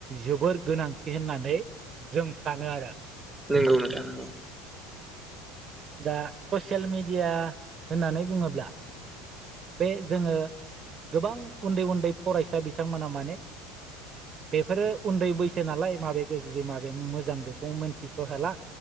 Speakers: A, on the right (about 30°); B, in the centre.
A: जोबोर गोनांथि होननानै जों सानो आरो।
B: नंगौ नोंथां नंगौ।
A: दा ससेल मेडिया होननानै बुङोब्ला बे जोङो गोबां उन्दै उन्दै फरायसा बिथांमोना माने बेफोरो उन्दै बैसो नालाय माबे गोजौ माबे मोजां बेखौ मिथिस' हाला।